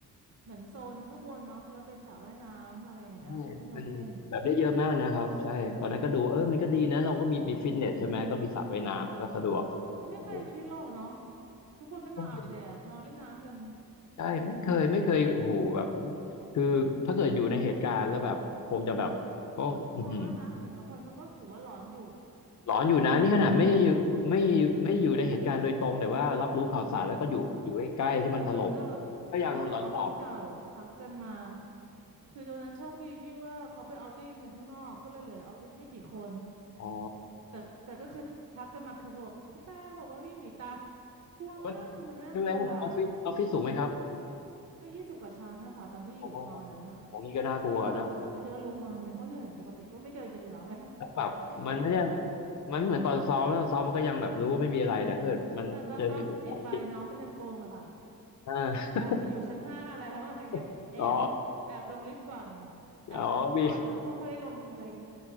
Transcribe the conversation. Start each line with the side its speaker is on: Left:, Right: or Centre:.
Right: เหมือนโซนข้างบนเนาะแล้วเป็นสระว่ายน้ำอะไรอย่างเงี้ยโอเพนโอเพน
Left: ใช่มันแบบได้เยอะมากนะครับใช่ตอนนั้นก็ดูเออมันก็ดีนะเราก็มีมีฟิตเนสใช่ไหมก็มีสระว่ายน้ำมันก็สะดวก
Right: ไม่ใครคิดหรอกเนาะ
Left: โอ้
Right: ทุกคนก็นอนอาบแดดนอนเล่นน้ำกัน
Left: ไม่เคยใช่ไม่เคยไม่เคยโอ้โหแบบคือถ้าเกิดอยู่ในเหตุการณ์แล้วแบบคงจะแบบก็อือหือ
Right: ก็ทรมานนะเห็นบางคนเขาก็ถือว่าหลอนอยู่
Left: หลอนอยู่นะนี่ขนาดไม่อยู่ไม่ไม่อยู่ในเหตุการณ์โดยตรงแต่ว่ารับรู้ข่าวสารแล้วก็อยู่อยู่ใกล้ๆที่มันถล่ม
Right: อืมคือตอนนั้นก็
Left: ก็ยังหลอน
Right: น้องกับออฟฟิศเก่าทักกันมาคือตอนนั้นโชคดีที่ว่าเขาไปเอาท์ติ้งกันข้างนอกก็เลยเหลือออฟฟิศไม่กี่คน
Left: ๆอ๋อ
Right: แต่แต่ก็คือทักกันมาคือเขาบอกพี่แป้งบอกว่าวิ่งหนีตายกลัวมากคือมันน่ากลัว
Left: ก็ใช่ไหมออฟฟิศออฟฟิศสูงไหมครับ
Right: ก็ยี่สิบกว่าชั้นนะคะตอนที่อยู่ฟลอร์นั้นอ่ะ
Left: อ๋อของนี้ก็น่ากลัวนะ
Right: คือกว่าจะกว่าจะเดินลงมามันก็เหนื่อยปกติก็ไม่เดินกันอยู่แล้วไง
Left: แล้วแบบมันไม่ได้
Right: <laughs> ขี้เกียจกันอยู่แล้ว
Left: มันเหมือนตอนซ้อมแล้วซ้อมมันก็ยังแบบรู้ว่าไม่มีอะไรแต่ถ้าเกิดมันเจอเหตุการณ์จริง
Right: แต่ตอนซ้อมหนีไฟน้องมันยังโกงอะค่ะ
Left: อ่า
Right: แอบมาอยู่ชั้นห้าแล้วอะไรเงี้ยแอบแอบลงลิฟต์ก่อน
Left: <laughs> อ๋อ
Right: แอบก่อนแล้วก็ค่อยๆลงอะไรเงี้ย
Left: อ๋อมี